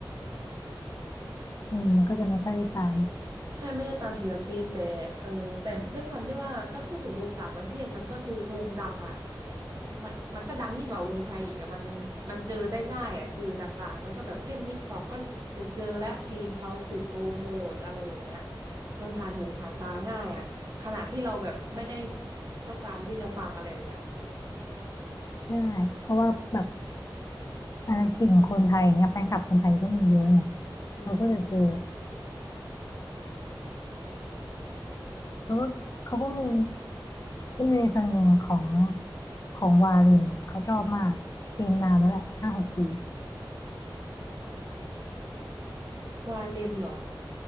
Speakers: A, on the left (about 40°); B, on the right (about 45°).
A: อืมก็จะไม่ค่อยได้ตาม
B: ใช่ไม่ได้ตามศิลปินแต่เออแต่ด้วยความที่ว่าถ้าพูดถึงวงต่างประเทศมันก็คือวงดังอ่ะมันมันก็ดังยิ่งกว่าวงไทยอีกอะมันมันเจอได้ง่ายอ่ะสื่อต่างๆมันก็แบบเล่น t ิ k กต k อกก็จะจะเจอแล้วเพลงเขาถูกโปรโมทอะไรแบบเนี้ยมันผ่านหูผ่านตาง่ายอ่ะขนาดที่เราแบบไม่ได้ต้องการที่จะฟังอะไรแบบเนี้ย
A: ใช่เพราะว่าแบบอะไรติ่งคนไทยอย่างเงี้ยแฟนคลับคนไทยก็มีเยอะไง
B: อืม
A: เราก็จะเจอแล้วก็เขาก็มีมันมีเพลงหนึ่งของของวารินอ่ะเขาชอบมากเพลงนานแล้วแหละห้าหกปี
B: วาเลนเหรอ